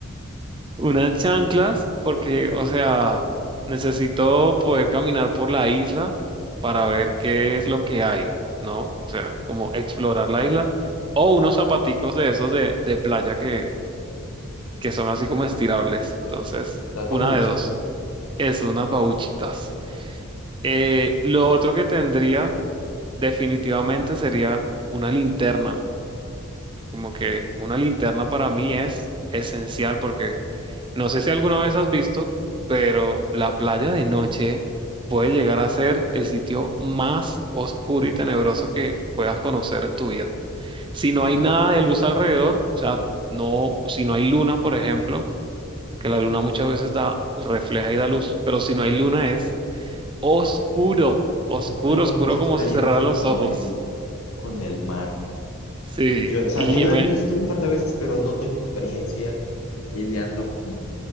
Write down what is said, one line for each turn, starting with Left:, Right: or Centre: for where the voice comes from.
Right: Unas chanclas, porque, o sea, necesito poder caminar por la isla para ver qué es lo que hay, ¿no? O sea, como explorar la isla. O unos zapaticos de esos de, de playa que, que son así como estirables. Entonces,
Left: Las babuchas.
Right: una de dos. Es unas babuchitas. Eh, lo otro que tendría definitivamente sería una linterna. Como que una linterna para mí es esencial porque no sé si alguna vez has visto, pero la playa de noche puede llegar a ser el sitio más oscuro y tenebroso que puedas conocer en tu vida. Si no
Left: ok.
Right: hay nada de luz alrededor, o sea, no, si no hay luna, por ejemplo, que la luna muchas veces da, refleja y da luz, pero si no hay luna es Oscuro, oscuro,
Left: No tengo
Right: oscuro
Left: mucha experiencia
Right: como si cerrara los
Left: con
Right: ojos.
Left: el, con el mar.
Right: Sí,
Left: Yo, o sea,
Right: y,
Left: yo
Right: ya
Left: lo
Right: me-
Left: he visto un par de veces, pero no tengo experiencia lidiando con,